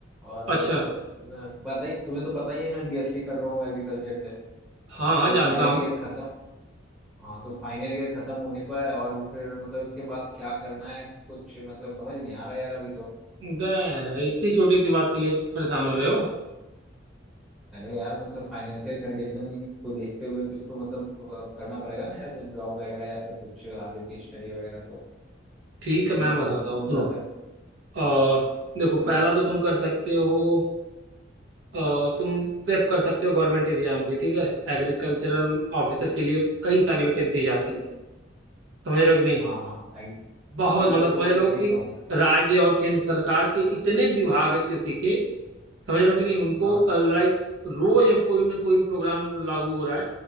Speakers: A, in the centre; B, on the right.
A: और
B: अच्छा
A: अ, मैं पता ही तुम्हें तो पता ही है मैं बीएससी कर रहा हूँ एग्रीकल्चर से
B: हाँ हाँ
A: तो
B: जानता
A: फाइनल
B: हूँ
A: ईयर खत्म हाँ तो फाइनल ईयर खत्म होने को है और फिर मतलब इसके बाद क्या करना है कुछ मतलब समझ नहीं आ रहा यार अभी तो
B: दे, इतनी छोटी सी बात के लिए परेशान हो रहे हो
A: अरे यार मतलब फाइनेंशियल कंडीशन को देखते हुए कुछ तो मतलब अ, करना पड़ेगा ना यार कुछ जॉब वगैरह या फिर कुछ आगे की स्टडी वगैरह तो
B: ठीक
A: वही
B: है मैं
A: मतलब
B: बताता
A: सोच
B: हूँ सुनो
A: रहा था
B: अ, देखो
A: बताओ
B: पहला तो तुम कर सकते हो अ, तुम प्रेप कर सकते हो गवर्नमेंट एग्जाम के ठीक है एग्रीकल्चरल ऑफिसर के लिए कई सारी वैकेंसी आती है समझ रहे हो कि नहीं
A: हाँ हाँ आई-
B: बहुत
A: हाँ वो
B: मतलब समझ
A: तो
B: लो
A: देख
B: कि
A: रहा हूँ
B: राज्य और केंद्र सरकार के इतने विभाग हैं कृषि के समझ रहे हो कि नहीं उनको
A: हाँ
B: लाइक रोज कोई ना कोई प्रोग्राम लागू हो रहा है